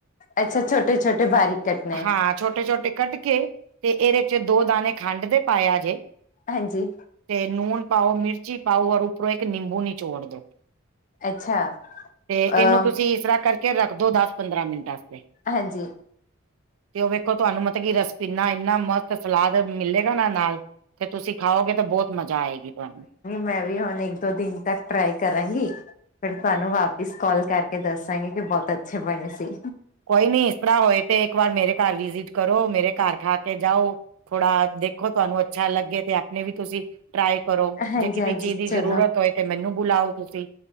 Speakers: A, on the left (about 40°); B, on the right (about 75°).
A: ਅੱਛਾ ਛੋਟੇ-ਛੋਟੇ ਬਾਰੀਕ ਕੱਟਣੇ
B: ਹਾਂ। ਛੋਟੇ- ਛੋਟੇ ਕੱਟ ਕੇ ਤੇ ਇਹਦੇ 'ਚ ਦੋ ਦਾਣੇ ਖੰਡ ਦੇ ਪਾਇਆ ਜੇ-
A: ਹਾਂਜੀ-
B: ਤੇ ਨੂਨ ਪਾਓ ਮਿਰਚੀ ਪਾਓ ਔਰ ਉੱਪਰੋਂ ਇਕ ਨਿੰਬੂ ਨੀਚੋੜ ਦੋ
A: ਅੱਛਾ
B: ਤੇ ਇਹਨੂੰ
A: ਅ
B: ਤੁਸੀ ਇਸ ਤਰ੍ਹਾਂ ਕਰਕੇ ਰੱਖਦੋ ਦਸ ਪੰਦਰਾਂ ਮਿੰਟ ਵਾਸਤੇ-
A: ਹਾਂਜੀ-
B: ਤੇ ਉਹ ਵੇਖੋ ਤੁਹਾਨੂੰ ਮਤਲਬ ਕੀ ਰਸ ਭਿੰਨਾ ਇਨਾ ਮਸਤ ਸਲਾਦ ਮਿਲੇਗਾ ਨਾ ਨਾਲ- ਤੇ ਤੁਸੀ ਖਾਓਗੇ ਤਾਂ ਬਹੁਤ ਮਜਾ ਆਏਗੀ ਤੁਹਾਨੂੰ-
A: ਮੈ ਵੀ ਹੁਣ ਇਕ ਦੋ ਦਿਨ ਤੱਕ ਟਰਾਈ ਕਰਾਂਗੀ। ਫਿਰ ਤੁਹਾਨੂੰ ਵਾਪਿਸ ਕਾਲ ਕਰਕੇ ਦੱਸਾਂਗੇ ਕਿ ਬਹੁਤ ਅੱਛੇ ਬਣੇ ਸੀ।
B: ਕੋਈ ਨੀ ਇਸ ਤਰ੍ਹਾਂ ਹੋਏ ਤੇ ਇਕ ਵਾਰ ਮੇਰੇ ਘਰ ਵੀ ਕਰੋ ਮੇਰੇ ਘਰ ਖਾ ਕੇ ਜਾਓ ਥੋੜਾ ਦੇਖੋ ਤੁਹਾਨੂੰ ਅੱਛਾ ਲਗੇ ਤੇ ਆਪਣੇ ਵੀ ਤੁਸੀ- ਟਰਾਈ ਕਰੋ
A: ਹਾਂਜੀ-ਹਾਂਜੀ,
B: ਜੇ ਕਿਸੇ ਚੀਜ ਦੀ
A: ਚਲੋ
B: ਜ਼ਰੂਰਤ ਹੋਏ ਤੇ ਮੈਨੂੰ ਬੁਲਾਓ ਤੁਸੀ-